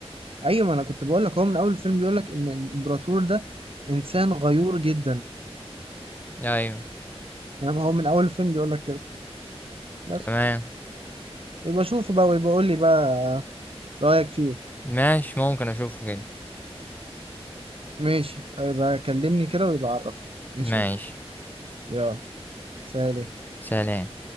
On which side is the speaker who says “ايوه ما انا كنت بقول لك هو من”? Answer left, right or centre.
Right